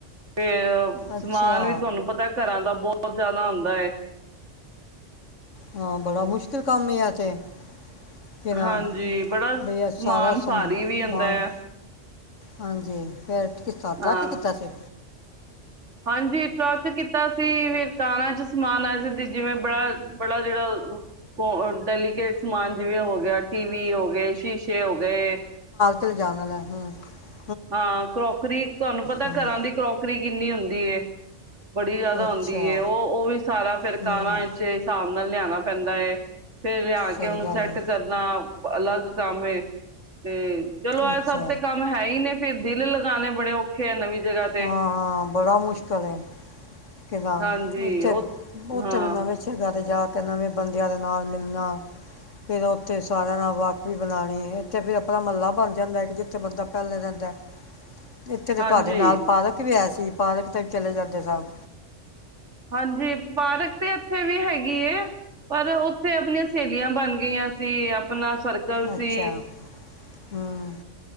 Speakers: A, on the right; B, on the left.
A: ਫੇਰ ਅ
B: ਅੱਛਾ
A: ਸਮਾਨ ਵੀ ਤਵਾਨੂ ਪਤਾ ਘਰਾਂ ਦਾ ਬੌਤ ਜਾਦਾ ਹੁੰਦਾ ਏ।
B: ਹਾਂ ਬੜਾ ਮੁਸ਼ਕਿਲ ਕੰਮ ਏ ਐ ਤੇ। ਕਿ ਨਾ
A: ਹਾਂਜੀ, ਬੜਾ ਸਮਾਨ
B: ਬਈ ਇਹ ਸਾਰਾ ਸਮਾਨ
A: ਭਾਰੀ ਵੀ ਹੁੰਦਾ।
B: ਹਾਂਜੀ, ਫੇਰ ਕਿਸ ਤਰ੍ਹਾਂ ਟਰੱਕ
A: ਹਾਂ
B: ਕੀਤਾ ਸੀ?
A: ਹਾਂਜੀ, ਟਰੱਕ ਕੀਤਾ ਸੀ ਫਿਰ ਕਾਰਾਂ ਚ ਸਮਾਨ ਆਇਆ ਸੀ ਜਿਵੇਂ ਬੜਾ ਬੜਾ ਜੇੜਾ ਕੋ ਡੈਲੀਕੇਟ ਸਮਾਨ ਜਿਵੇਂ ਹੋ ਗਿਆ ਟੀ ਵੀ ਹੋ ਗਏ, ਸ਼ੀਸ਼ੇ ਹੋ ਗਏ।
B: ਤੇ ਲਿਜਾਣ ਆਲੈ, ਹੁੰ। <inaudible>
A: ਹਾਂ, ਕਰੋਕਰੀ ਤੁਵਾਂਨੂੰ ਪਤੈ,
B: ਹੂੰ
A: ਘਰਾਂ ਦੀ ਕਰੋਕਰੀ ਕਿੰਨੀ ਹੁੰਦੀ ਏ। ਬੜੀ ਜੈਦਾ
B: ਅੱਛਾ
A: ਹੁੰਦੀ ਏ, ਔ ਔ ਵੀ ਸਾਰਾ ਫਿਰ
B: ਹੂੰ
A: ਕਾਰਾਂ ਇਚ ਸਾਬ ਨਾਲ ਲਿਆਣਾ ਪੈਂਦਾ ਏ। ਫੇਰ ਲਿਆ ਕੇ,
B: ਸਹੀ
A: ਓਨੂੰ
B: ਗੱਲ
A: ਸੈੱਟ
B: ਹੈ
A: ਕਰਨਾ ਅਲੱਗ ਕਾਮ ਏ। ਤੇ ਚਲੋ ਐ
B: ਅੱਛਾ
A: ਸਭ ਤੇ, ਕੰਮ ਹੈ ਹੀ ਨੇ। ਫ਼ਿਰ ਦਿਲ ਲਗਾਣੇ ਬੜੇ ਔਖੇ ਐਂ, ਨਵੀਂ ਜਗ੍ਹਾ ਤੇ
B: ਹਾਂ ਹਾਂ, ਬੜਾ ਮੁਸ਼ਕਿਲ ਏ। ਕਿਨਾਂ
A: ਹਾਂਜੀ
B: ਇੱਥੇ
A: ਉਹ
B: ਉੱਥੇ
A: ਹਾਂ
B: ਫਿਰ ਨਵੇ ਸੈ਼ ਅਤੇ ਜਾ ਤੇ ਨਵੇਂ ਬੰਦਿਆਂ ਦੇ ਨਾਲ ਮਿਲ ਨਾ। ਫਿਰ ਉੱਥੇ ਸਾਰਿਆਂ
A: ਹਾਂ,
B: ਨਾਲ ਵਾ ਵੀ ਬਣਾਂਣੀ ਏ, ਇਥੇ ਫਿਰ ਅਪਣਾ ਮੱਲਾ ਬਣ ਜਾਂਦੈ ਕਿ, ਜਿੱਥੇ ਬੰਦਾ ਪੈਲੇ ਰੈੰਦੈ। ਇੱਥੇ ਤੇ
A: ਹਾਂਜੀ
B: ਤੁਵੈਡੇ ਨਾਲ ਪਾਰਕ ਵੀ ਹੈ ਸ ਸੀ, ਪਾਰਕ ਤੇ ਵੀ ਚਲੇ ਜਾਂਦੇ ਸਓ।
A: ਹਾਂਜੀ, ਪਾਰਕ ਤੇ ਐਥੇ ਵੀ ਹੈਗੀ ਏ। ਪਰ ਉੱਥੇ ਆਪਨੀਆਂ ਸਹੇਲੀਆਂ ਬਨ ਗਈਆਂ ਸੀ, ਆਪਣਾ ਸਰਕਲ ਸੀ
B: ਅੱਛਾ ਹੂੰ